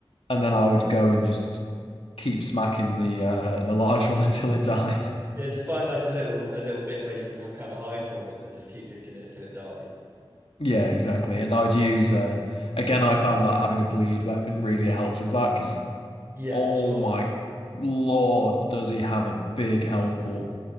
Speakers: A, on the left (about 80°); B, on the right (about 30°).
A: and then I would go and just keep smacking the uh, the large <laughs> one until it died. <laughs>
B: Yeah, just find like a little a little bit where you can kind of hide from them and just keep hitting it until it dies.
A: Yeah, exactly. And I would use uh, again, I found that having a bleed weapon really helps with that because
B: Yeah,
A: Oh
B: for sure.
A: my Lord, does he have a big health pool?